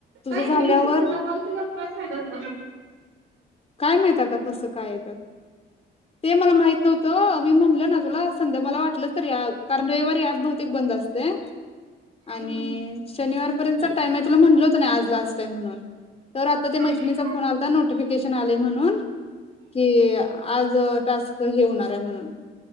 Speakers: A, on the right (about 85°); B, on the left (about 30°).
A: काय
B: झाल्यावर
A: इंग्लिशच त्यांना कॉल केल्यावर काय फायदा होत असल
B: काय माहित आता कस कायत ते मला माहित नव्हतं अम म्हणलं ना तुला संध्या मला वाटलच तरी कारण रविवारी बहुतेक ऍप बंद असतय आणि
A: हम्म.
B: शनिवार <unintelligible> ताई मी तुला म्हणलं होत ना आज लास्ट आहे म्हणून तर त्या
A: हम्म.
B: मैत्रिणीचा फोन आलता नोटीफेकेशन लोकेशन आले म्हणून की आज टास्क हे होणार आहे म्हणून